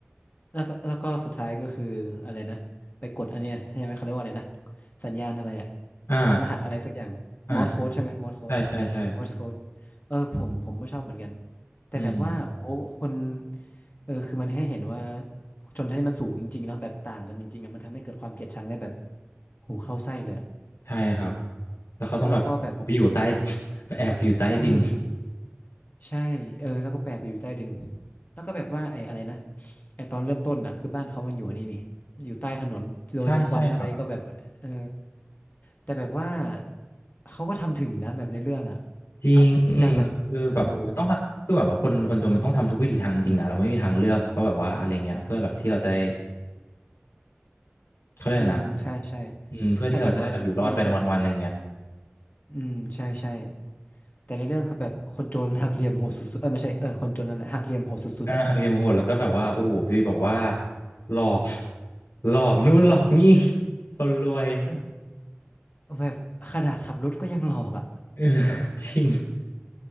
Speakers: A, on the left (about 45°); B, on the left (about 80°).
A: แล้วก็แล้วก็สุดท้ายก็คืออะไรนะไปกดอันเนี้ยใช่ไหมเขาเรียกว่าอะไรนะสัญญาณอะไรอะ
B: อ่า
A: รหัสอะไรสักอย่างมอร์สโค้ดใช่ไหมมอร์สโค้ด
B: อ่าใช่ ใช่ใช่ใช่
A: มอร์สโค้ดเออผมผมก็ชอบเหมือนกันแต่แบบว่าโอ้โหคน
B: อืม
A: เออคือมันให้เห็นว่าชนชั้นที่มันสูงจริงๆเนาะแบบต่างกันจริงๆอะมันทำให้เกิดความเกลียดชังได้แบบหูเข้าไส้เลยอะ
B: ใช่ครับแล้วเขาต้องแบบไปอยู่ใต้
A: แล้วก็แบบ
B: <laughs> ไปแอบอยู่ใต้ดิน
A: เออ ใช่เออแล้วก็แปะไปอยู่ใต้ดิน แล้วก็แบบว่าไอ้อะไรนะไอ้ตอนเริ่มต้นน่ะคือบ้านเขามันอยู่อันนี่นี่อยู่ใต้ถนนโดนควันอะไรก็แบบ
B: ใช่ใช่ครับ
A: เออแต่แบบว่าเขาก็ทำถึงนะแบบในเรื่องอ่ะ
B: จริงอืมคือแบบมันต้องคือแบบว่าคนคนจนมันต้องทำทุกวิถีทางจริงอะเราไม่มีทางเลือกเพราะแบบว่าอะไรเงี้ยเพื่อแบบที่เราจะได้
A: อะจากแบบ โอ้โห
B: เขาเรียกอะไรนะ
A: อืมใช่ใช่
B: อืมเพื่อที่เราจะได้แบบอยู่รอดไปวันๆอะไรเงี้ย
A: ให้แบบว่ามีอืมใช่ใช่ แต่ในเรื่องคือแบบคนโจรหักเหลี่ยมโหดสุดๆเออไม่ใช่เออคนโจรนั่นแหละหักเหลี่ยมโหดสุดๆอ่ะ
B: เออหักเหลี่ยมโหดแล้วก็แบบว่าโอ้โหไปบอกว่าหลอกหลอกนู่นหลอกนี่คนรวย
A: เออแบบขนาดขับรถก็ยังหลอกอ่ะ
B: เออ <laughs> จริง